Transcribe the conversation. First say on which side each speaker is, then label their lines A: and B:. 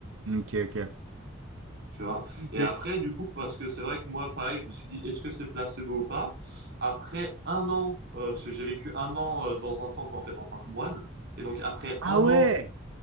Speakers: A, on the right; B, on the right.
A: Ok, ok.
B: Tu vois?
A: Ok.
B: Et après, du coup, parce que c'est vrai que moi, pareil, je me suis dit, est-ce que c'est placebo ou pas? Après un an, euh, parce que j'ai vécu un an euh, dans un temple, en fait, en tant que moine. Et donc, après
A: Ah
B: un
A: ouais!
B: an,